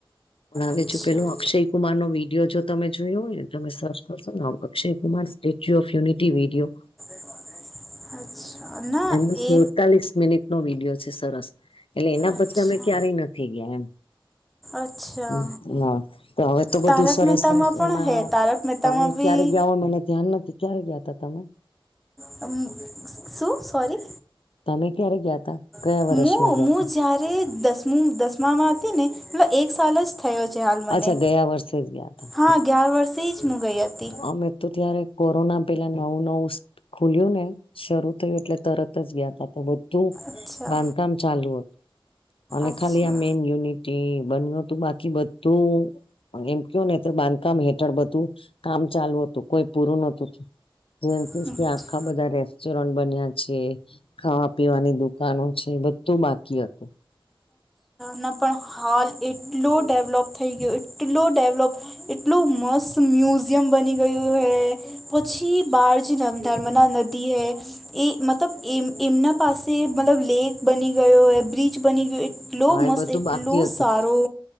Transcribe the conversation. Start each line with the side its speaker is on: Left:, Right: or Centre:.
Left: ભણાવે
Centre: અચ્છા
Left: છેું પેલું અક્ષય કુમાર નો વિડિયો જો તમે જોયો હોયને તમે સર્ચ કરશો ને Akshay Kumar statue of unity video
Centre: <unintelligible> ના
Left: એમનું સુડતાલીસ
Centre: એ
Left: મિનિટ નો વિડીિયો છે સરસ એટલે એના
Centre: અચ્છા
Left: પછી અમે ક્યારેય નથી ગયા એમ
Centre: અચ્છા
Left: હ તો હવે તો બધું
Centre: તારક
Left: સરસસ
Centre: મહેતામાં પણ
Left: એમાં
Centre: હે તારક મહેતામાં
Left: તમે
Centre: બી
Left: ક્યારે ગ હ મેને ધ્યાન નથી ક્યારે ગયા ત તમે
Centre: હમું <unintelligible> શું સોરી
Left: તમે ક્યારે ગયા તા કયા
Centre: હ
Left: વર્ષમાં ગયા
Centre: હું
Left: તા
Centre: જયારે દસ દસમામાં હતી ને એ એક સાલ જ થયો છે હાલ મને
Left: અચ્છા ગયા વર્ષે જ ગયા તા
Centre: હા ગ્યાર વર્ષથી જ હું ગઈ હતી
Left: અમે તો ત્યારે કોરોના પેલા નવું નવું ખુલ્યું ને શરૂ થયું એટલે તરત જ ગયા ત તો બધું
Centre: અચ્છા
Left: બાંધકામ ચાલુ હતું અને
Centre: અચ્છા
Left: ખાલી આ મેન યુનિટી બન્યું હતું બાકી બધું એમ કયો ને તો બાંધકામ હેઠળ બધું કામ ચાલુ હતું કોઈ પૂરું નતુંું જેમ
Centre: અચ્છા
Left: કે કે આખા બધા રેસ્ટોરન્ટ બન્યા છે ખાવા પીવાની દુકાનો છે બધું બાકી હતું
Centre: ના પણ હાલ એટલો ડેવલોપ થઈ ગયો એટલો ડેવલોપ એટલું મસ્ત મ્યુઝિયમ બની ગયું હૈ પછી બારજી નર્મદા નદી હૈ એ મતલબ એમ એમના પાસે મતલબ લેક બની ગયો હોય બ્રિજ બની ગયો એટલો
Left: હા એ
Centre: મસ્ત
Left: બધું
Centre: એટલો
Left: બાકી હતું
Centre: સારો